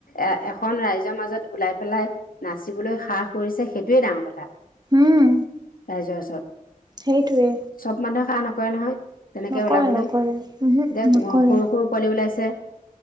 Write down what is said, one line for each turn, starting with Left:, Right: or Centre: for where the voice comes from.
Left: এ। এখন ৰাইজৰ মাজত ওলাই পেলাই নাচিবলৈ সাহ কৰিছে সেইটোৱে ডাঙৰ কথা।
Right: উম,
Left: ৰাইজৰ ওচৰত।
Right: সেইটোৱে।
Left: চব মানুহে সাহ নকৰে নহয় তেনেকে
Right: নকৰে
Left: উলাবলৈ
Right: নকৰে
Left: এতিয়া
Right: উহু
Left: সৰু
Right: নকৰে
Left: সৰু লৰা পোৱালি ওলাইছে।